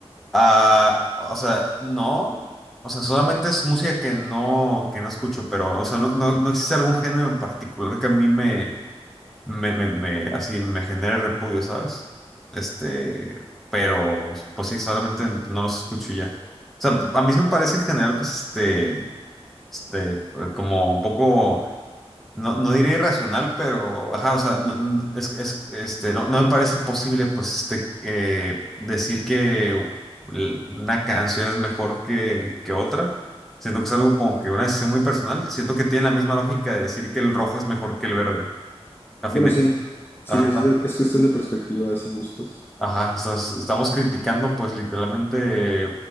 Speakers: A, in the centre; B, on the left (about 20°).
A: Ah, o sea, no. O sea, solamente es música que no, que no escucho, pero, o sea, no, no, no existe algún género en particular que a mí me. me, me, me, así me genere repudio, ¿sabes? Este, pero pues sí, solamente no los escucho y ya. O sea, a mí sí me parece en general, pues este, este, pues, como un poco, no, no diré irracional, pero, ajá, o sea, no, no- es, es, este, no, no me parece posible, pues este, eh, decir que una canción es mejor que, que otra. Siento que es algo como que una decisión muy personal. Siento que tiene la misma lógica de decir que el rojo es mejor que el verde. A fin
B: Bueno,
A: de,
B: sí, sí,
A: Ajá,
B: es, de- es cuestión de perspectivas y gustos.
A: Ajá, o sea, es- estamos criticando pues literalmente